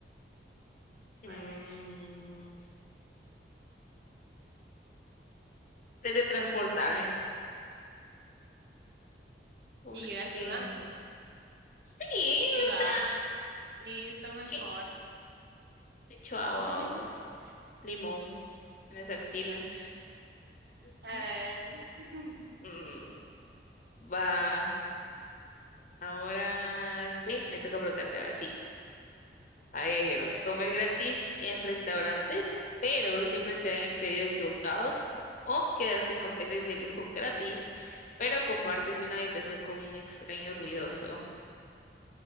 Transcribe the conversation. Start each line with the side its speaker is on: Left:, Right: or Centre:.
Left: Mm,
Right: A ver.
Left: teletransportarme, porque
Right: Y llegar sudando.
Left: sí, o
Right: Sí va,
Left: sea,
Right: sí está mejor.
Left: ¿qué? Le echo agua,
Right: <laughs>
Left: os- limón en las axilas. Ujú.
Right: A ver, <laughs>
Left: Mm, va, ahora, ¿qué? Me toca preguntarte así. A ver,
Right: a ver,
Left: comer
Right: sí.
Left: gratis en restaurantes, pero siempre te dan el pedido equivocado, o quedarte en hoteles de lujo gratis, pero compartes una habitación con un extraño ruidoso.